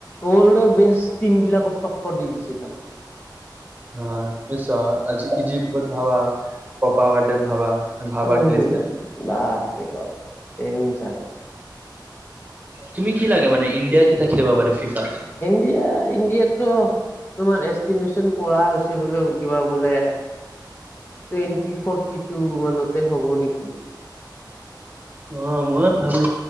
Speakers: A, on the left; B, on the right.
A: ৱৰ্ল্ডৰ বেষ্ট টিম বিলাকত টক্কৰ দি দিছে একদম।
B: অ পছ আজি ইজিপ্তত ভাবা। পাপা ৱাৰডে ভাবা ভাবা
A: উম
B: খেলিছে।
A: বাপৰে বাপ ডেঞ্জাৰ।
B: তুমি কি লাগে মানে ইণ্ডিয়া কেতিয়া খেলিব পাৰে ফিফাত?
A: এয়া ইণ্ডিয়াততো তোমাৰ এষ্টিমেশচন কৰা হৈছে বোলে কিবা বোলে। টুৱেণ্টি ফৰ্টি টু মানতে হ'ব নেকি?
B: অ মই ভাবো